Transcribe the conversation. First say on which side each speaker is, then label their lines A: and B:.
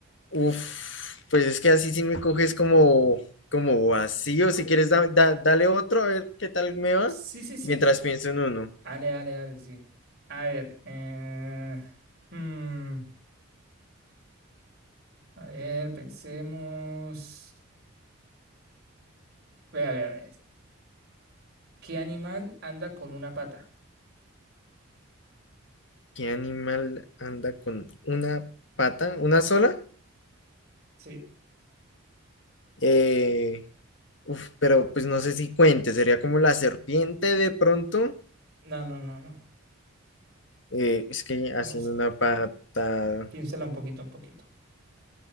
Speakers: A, on the left (about 60°); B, on the right (about 45°).
A: Uf, pues es que así sí me coges como, como vacío, si quieres da- da- dale otro, a ver qué tal me va,
B: Sí, sí, sí.
A: mientras pienso en uno.
B: Ale, ale, ale, sí. A ver, eh, hmm, a ver, pensemos. Vea, vea, vea. ¿Qué animal anda con una pata?
A: ¿Qué animal anda con una pata, una sola?
B: Sí.
A: Eh, Uf, pero pues no sé si cuente, sería como la serpiente de pronto.
B: No, no, no, no.
A: Eh, es que
B: Vamos
A: haciendo
B: a
A: una
B: ver.
A: pata,
B: Ah, Piénsela un poquito, un poquito.